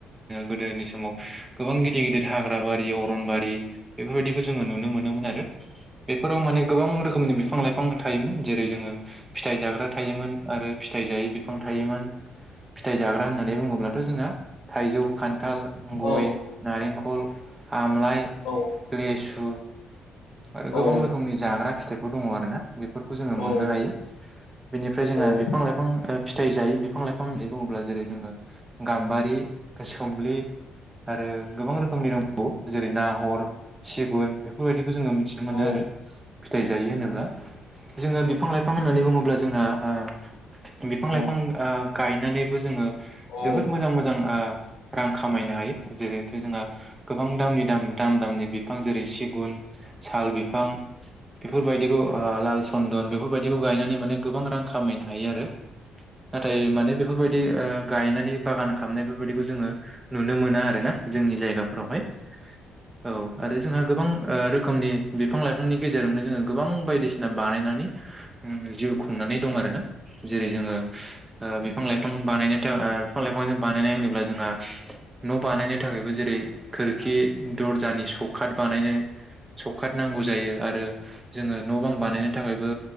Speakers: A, on the right; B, on the left.
A: गोदोनि समाव गोबां गिदिर गिदिर हाग्रा बारि अरनबारि बेफोरबायदिखौ जोङो नुनो मोनो मोन आरो बेफोराव माने गोबां रोखोमनि बिफां लाइफां थायोमोन जेरै जोङो फिथाइ जाग्रा थायोमोन आरो फिथाइ जायै बिफां थायोमोन फिथाइ जाग्रा होननानै बुङोब्लाथ' जोंहा थाइजौ खान्थाल गय
B: औ
A: नारेंखल आमलाइ
B: औ
A: लेसु आरो
B: औ
A: गोबां रोखोमनि जाग्रा फिथाइफोर दङ आरो ना बेफोरखौ जोङो
B: औ
A: मोननो हायो बेनिफ्राय जोंहा
B: औ औ
A: बिफां लाइफां फिथाइ जायो बिफां लाइफां होननानै बुङोब्ला जेरै जोङो गाम्बारि गोसो थुमलि आरो गोबां रोखोमनि दंबावो जेरै नाहर सिगुन बेफोरबायदि खौ जोङो मिथिनो मोनो
B: औ
A: आरो फिथाइ जायो होनोब्ला जोङो बिफां लाइफां होननानै बुङोब्ला जोंहा ओ बिफां
B: औ
A: लाइफां गायनानैबो जोङो
B: औ
A: जोबोद मोजां मोजां रां खामायनो हायो जेरैथु जोंहा गोबां दामनि दाम दाम दामनि बिफां जेरै सिगुन साल बिफां बेफोरबायदिखौ लाल सन्दन बेफोरबायदिखौ गायनानै माने गोबां रां खामायनो हायो आरो नाथाय माने बेफोरबायदि गायनानै बागान खालामनायखौ बेफोरबायदिखौ जोङो नुनो मोना आरोना जोंनि जायगाफोरावहाय औ आरो जोंहा गोबां ओ रोखोमनि बिफां लाइफांनि गेजेरजोंनो जोङो गोबां बायदिसिना बानायनानै जिउ खुंनानै दं आरोना जेरै जोङो बिफां लाइफां बानायनो थाखाय बिफां लाइफां बानाय होनोब्ला जोंहा न' बानायनो थाखायबो जेरै खोरखि दर्जानि सौकत बानायनो सौखात नांगौ जायो आरो जोङो न' बां बानायनो थाखायबो